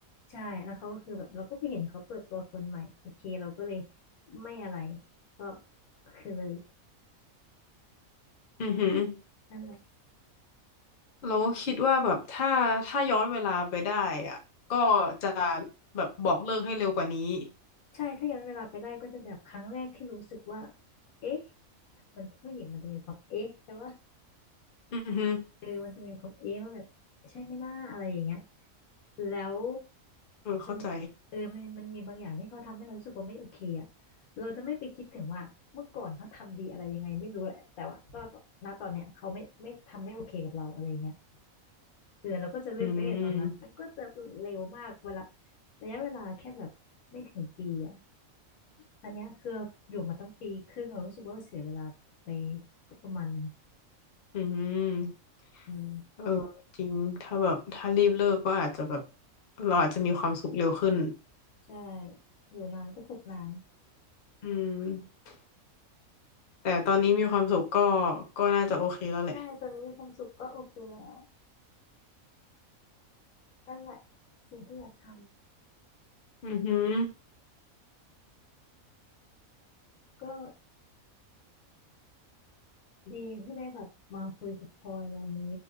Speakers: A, on the left; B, on the left.
A: ใช่แล้วเขาก็คือแบบเราก็ไปเห็นเขาเปิดตัวคนใหม่โอเคเราก็เลยไม่อะไรก็คือเลิก
B: อือหือ
A: นั่นแหละ
B: เราคิดว่าแบบถ้าถ้าย้อนเวลาไปได้อะก็จะแบบบอกเลิกให้เร็วกว่านี้
A: ใช่ถ้าย้อนเวลาไปได้ก็จะแบบครั้งแรกที่รู้สึกว่าเอ๊ะมันผู้หญิงมันจะมีความเอ๊ะใช่ปะ
B: อือฮึ
A: เออมันจะมีความเอ๊ะว่าแบบใช่ไหมหน่าอะไรอย่างเงี้ยแล้ว
B: เออเข้าใจ
A: มันเออมันมันมีบางอย่างที่เขาทำให้เรารู้สึกว่าไม่โอเคอ่ะเราจะไม่ไปคิดถึงว่าเมื่อก่อนเขาทำดีอะไรยังไงไม่รู้แหละแต่ว่าตอนณตอนเนี้ยเขาไม่ไม่ทำไม่โอเคกับเราอะไรเงี้ยเออเราก็จะเลิกไปตั้งแต่ตอนนั้นมันก็จะเร็วมากเวลา
B: อืม
A: ระยะเวลาแค่แบบไม่ถึงปีอ่ะอันเนี้ยคือเราอยู่มาตั้งปีครึ่งเรารู้สึกว่าเราเสียเวลาไปก็ประมาณหนึง
B: อืม
A: อืม
B: เออจริงถ้าแบบถ้ารีบเลิกก็อาจจะแบบเราอาจจะมีความสุขเร็วขึ้น
A: ใช่อยู่นานก็ถูกนาน
B: อืมแต่ตอนนี้มีความสุขก็ก็น่าจะโอเคแล้วแหละ
A: ใช่ตอนนี้มีความสุขก็โอเคแล้วนั่นแหละสิ่งที่อยากทำ
B: อือหือ
A: ก็ ดีที่ได้แบบมาคุยกับพลอยวันนี้